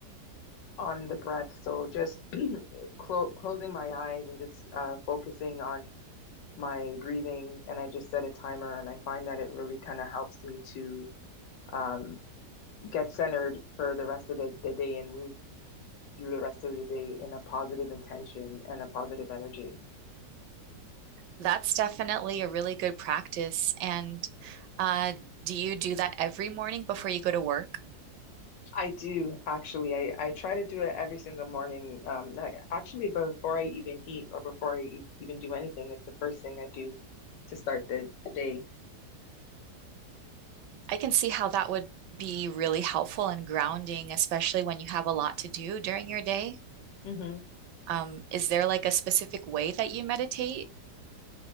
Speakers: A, on the left (about 80°); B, on the right (about 75°).
A: on the breath. So just <clears throat> clo closing my eyes and just uh focusing on my breathing and I just set a timer and I find that it really kind of helps me to um, get centered for the rest of the, the day and move through the rest of the day in a positive intention and a positive energy.
B: that's definitely a really good practice. And uh, do you do that every morning before you go to work?
A: I do actually. I, I try to do it every single morning. Um, I, actually, before I even eat or before I e- even do anything, it's the first thing I do to start the, the day.
B: I can see how that would be really helpful and grounding, especially when you have a lot to do during your day.
A: Mm-hmm.
B: Um, is there like a specific way that you meditate?